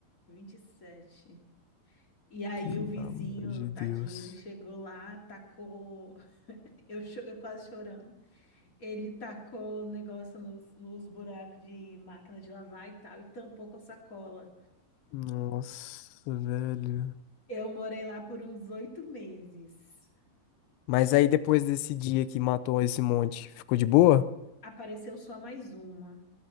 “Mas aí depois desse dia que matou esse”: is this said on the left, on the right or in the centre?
Left